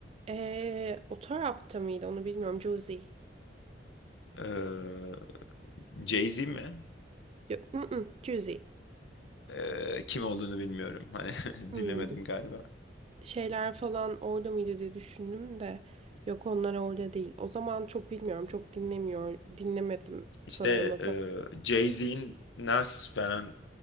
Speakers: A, on the right (about 35°); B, on the left (about 80°).
A: ee, o tarafta mıydı onu bilmiyorum. Juicy.
B: E, Jay-Z mi?
A: Yok, mm-mm, Juicy.
B: Ee, kim olduğunu bilmiyorum. Hani
A: Hmm.
B: <laughs> dinlemedim galiba.
A: şeyler falan orada mıydı diye düşündüm de yok onlar orada değil. O zaman çok bilmiyorum çok dinlemiyor dinlemedim
B: İşte
A: sanırım o
B: e,
A: tarz.
B: Jay-Z'in Nas falan